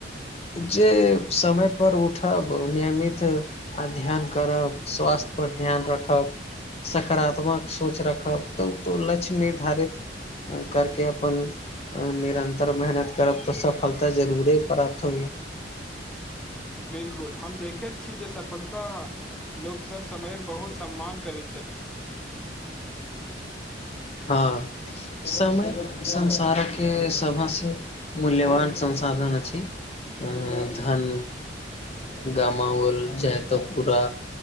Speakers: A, on the left (about 35°); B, in the centre.
A: जे समय पर उठब नियमित ध्यान करब स्वास्थ पर ध्यान रखब सकारात्मक सोच रखब तऽ ओ तऽ लक्ष्य निर्धारित करके अपन निरन्तर मेहनत करब तऽ सफलता जरूुरे पड़ थौ
B: बिलकुल हम देखैत छी जे सफलता लोक सब समय बहुत सम्मान करैत छथि
A: हँ समय संसारके सभसँ मूल्यवान संसाधन अछि धन गामओल जा तऽ पूरा